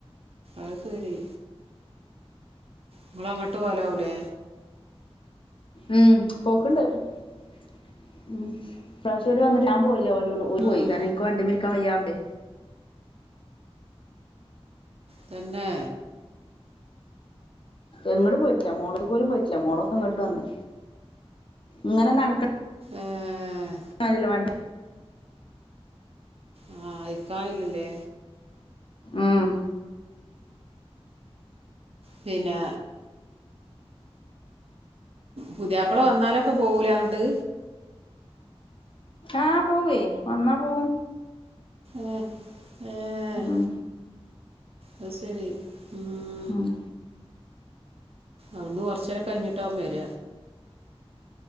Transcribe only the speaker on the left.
ഉം പോക്ക്ണ്ട് ഉം ഇപ്രാവശ്യോല് വന്ന്ട്ട് ഞാൻ പോയി ലാ ഓര്
പോയി കാരണം ഇൻക്ക് വണ്ടിമ്മിരിക്കാൻ വയ്യാർഞ്ഞിട്ട്
എങ്ങ്ടും പോയിട്ട്ല്ല മോളട്ത്ക് പോലും പോയിട്ടില്ല മോളൊക്കെ ഇങ്ങ്ട്ട് വന്ന് ഇങ്ങനെ നടക്ക്
<unintelligible> വണ്ടി
ഉം
ആഹ് പോവുയ് വന്നാ പോവും
ഉം
ആഹ്